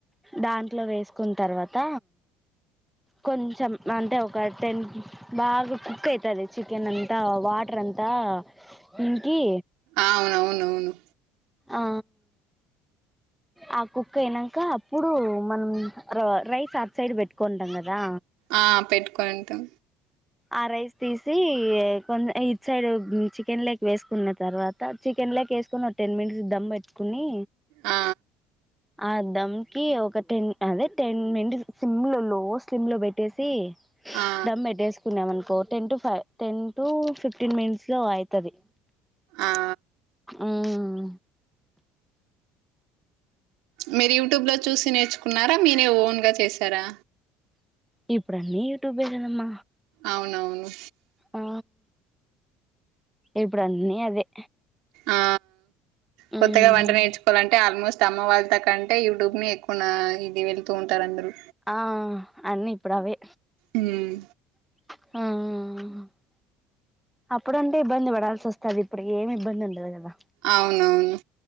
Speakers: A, in the centre; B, on the right.
A: దాంట్లో వేసుకున్ తర్వాత కొంచెం అంటే ఒక టెన్ బాగా కుక్ అయితది చికెన్ అంతా వాటర్ అంతా ఇంకీ,
B: అవునవునవును
A: ఆ ఆ కుక్ అయినంక అప్పుడు మనం ర రైస్ అట్ సైడ్ పెట్టుకుంటాం కదా
B: ఆ పెట్టుకుంటం
A: ఆ రైస్ తీసి కొంచం ఇది సైడ్ చికెన లక్ వేసుకున్న తర్వాత చికెన్లోకేసుకొని ఒక టెన్ మిట్స్ దమ్ బెట్టుకోని
B: ఆ
A: అ దంకి ఒక టెన్ అదే టెన్ మనిట్ స్లిమ్ లో లో స్లిమ్ లో పెట్టేసి
B: ఆ
A: దం పెట్టేసి తన్నాం అనుకో ten to five ten to fifteen minutes లో అయితది
B: ఆ
A: మ్మ్
B: మీరు యూట్యూబ్లో చూసి నేర్చుకున్నారా మీనే ఓన్గా చేశారా
A: ఇప్పుడు అన్నీ యూట్యూబ్ ఏ కధ అమ్మ
B: అవునవును
A: ఆ ఇప్పుడన్నీ అదే
B: ఆ కొత్తగా
A: మ్మ్
B: వంట నేర్చుకోవాలంటే ఆల్మోస్ట్ అమ్మ వాళ్ళ త కంటే యూట్యూబ్మీ ఎక్కువ ఇది వెళ్తూ ఉంటారు అందరుూ
A: ఆ అన్నీ ఇప్పుడు అవే
B: ఉమ్
A: ఆ ఆ ఆ అప్పుడుంటే ఇబ్బంది పడాల్సి వస్తది ఇప్పుడు ఏమి ఇబ్బంది ఉండదు కదా
B: అవునవును